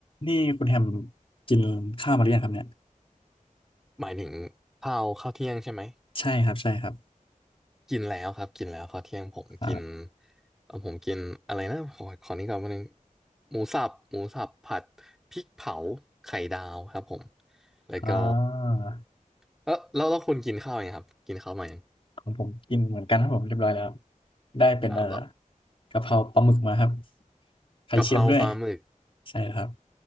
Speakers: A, on the left; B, in the centre.
A: นี่คุณแฮมกินข้าวมาหรือยังครับเนี่ย
B: หมายถึงข้าวข้าวเที่ยงใช่ไหม
A: ใช่ครับใช่ครับ
B: กินแล้วครับกินแล้วข้าวเที่ยงผมกิน
A: อ่า
B: เออผมกินอะไรนะขอขอนี้ก่อนวันนึงหมูสับหมูสับผัดพริกเผาไข่ดาวครับผมแล้วก็
A: อ่า
B: เออแล้วแล้วคุณกินข้าวยังครับกินข้าวมายัง
A: ของผมกินเหมือนกันครับผมเรียบร้อยแล้วได้เป็นเอ่อ
B: อ่ะแล้ว
A: กะเพราปลาหมึกมาครับไข่เค็มด้วย
B: กะเพราปลาหมึก
A: ใช่ครับ